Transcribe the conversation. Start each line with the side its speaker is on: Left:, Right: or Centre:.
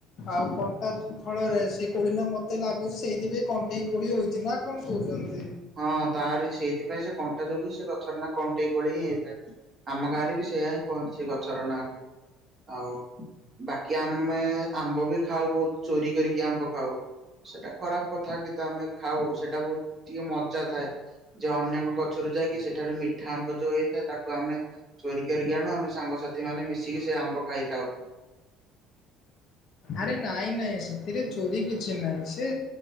Left: ଆଉ କଣ୍ଟା ଫଳରେ ସେ କୋଳି ନା ମତେ ଲାଗୁଛି ସେଇଥିପାଇଁ କଣ୍ଟେଇ କୋଳି ହୋଇଛି। ନା କଣ କହୁଛନ୍ତି।
Right: ହଁ, ତାରି ସେଇଥିପାଇଁ ସେ କ କଣ୍ଟା ଯୋଗୁଁ ସେ ଗଛର ନାଆଁ କଣ୍ଟେଇ କୋଳି ହିଁ ହେଇଥାଏ ଆମ ଗାଁରେ ବି ସେଇଆ ହିଁ କହନ୍ତି ସେ ଗ ଗଛର ନାଆଁ କୁ ଆଉ ବାକି ଆମେ ଆମ୍ବ ବି ଖାଉ ବହୁତ ଚୋରି କରିକି ଆମ୍ବ ଖାଉ। ସେଇଟା ଖରାପ କଥା କିନ୍ତୁ ଆମେ ଖାଉ ସେଟା ବହୁତ ଟିକେ ମଜା ଥାଏ। ଯେ ଅନ୍ୟଙ୍କ ଗଛରୁ ଯାଇକି ସେଠାରେ ମିଠା ଆମ୍ବ ଯୋଉ ହେଇଥାଏ ତାକୁ ଆମେ ଚୋରି କରିକି ଆଣୁ। ଆମେ ସାଙ୍ଗ ସାଥି ମାନେ ମିଶିକି ସେ ଆମ୍ବ ଖାଇଥାଉ।
Left: ଆରେ ନାଇଁ ନାଇଁ ସେଥିରେ ଚୋରି କିଛି ନାଇଁ। ସେ